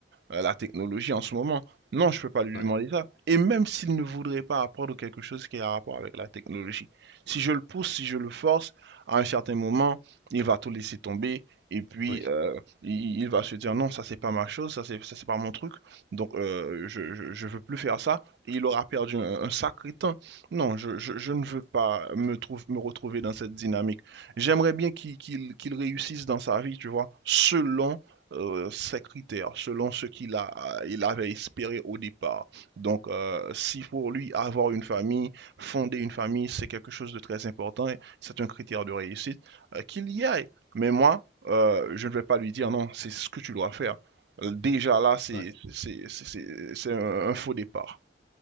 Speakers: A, on the right; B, on the left.
A: euh, la technologie en ce moment? Non, je peux pas lui
B: Ouais,
A: demander ça. Et même s'il ne voudrait pas apprendre quelque chose qui a rapport avec la technologie. Si je le pousse, si je le force, à un certain moment, il va tout laisser tomber et puis
B: oui,
A: euh, il, il va se dire non, ça c'est pas ma chose, ça c'est ça, c'est pas mon truc, donc euh, je, je, je veux plus faire ça. Et il aura perdu un, un sacré temps. Non, je, je, je ne veux pas me, trouve, me retrouver dans cette dynamique. J'aimerais bien qu'il qu'il, qu'il réussisse dans sa vie, tu vois, selon euh, ses critères, selon ce qu'il a, il avait espéré au départ. Donc, euh, si pour lui, avoir une famille, fonder une famille, c'est quelque chose de très important, c'est un critère de réussite euh, qu'il y aille. Mais moi, euh, je ne vais pas lui dire non, c'est ce que tu dois faire. Euh, Déjà là, c'est
B: ouais,
A: c'est- c'est- c'est- c'est un, un faux départ,